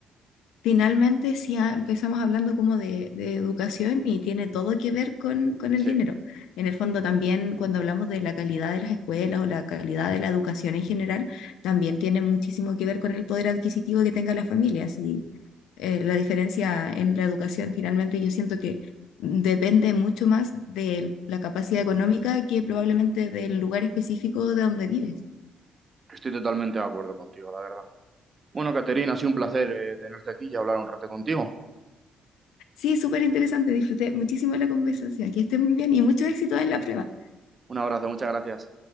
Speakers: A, on the left; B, on the right.
A: Finalmente, sí ah, empezamos hablando como de, de educación y tiene todo que ver con, con
B: Sí,
A: el dinero. En el fondo, también cuando hablamos de la calidad de las escuelas o la calidad de la educación en general, también tiene muchísimo que ver con el poder adquisitivo que tenga la familia. Si eh, la diferencia en la educación finalmente yo siento que depende mucho más de la capacidad económica que probablemente del lugar específico de donde vives.
B: estoy totalmente de acuerdo contigo, la verdad. Bueno, Caterina, ha sido un placer eh, tenerte aquí y hablar un rato contigo.
A: Sí, súper interesante, disfruté muchísimo de la conversación, que estés muy bien y mucho éxito en la prueba.
B: Un abrazo, muchas gracias.